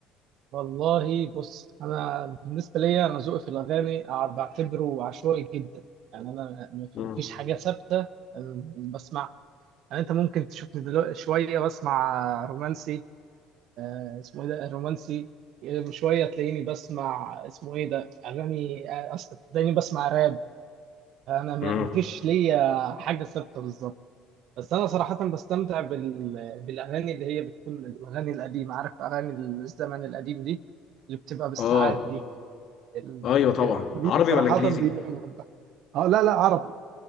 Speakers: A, on the right (about 65°); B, on the left (about 55°).
A: والله بص انا بالنسبه ليا انا ذوقي في الاغاني أع- بعتبره عشوائي جدا يعني انا م-
B: امم
A: مفيش حاجه ثابته أم، بسمعها يعني انت ممكن تشوفني دلوقتي شويه بسمع رومانسي آه، اسمه ايه ده رومانسي آه، شويه تلاقيني بسمع اسمه ايه ده اغاني آه، أص- تلاقيني بسمع راب انا م-
B: امم
A: مفيش ليا حاجه ثابته بالظبط بس انا صراحه بستمتع بال... بالاغاني اللي هي بتكون الاغاني القديمه عارف اغاني الزمن القديم دي اللي بتبقى بالساعات
B: اه
A: دي ال...
B: ايوه طبعا
A: هي- دي
B: عربي
A: صراحه
B: ولا انجليزي
A: دي أنا بحبها اه لا لا عربي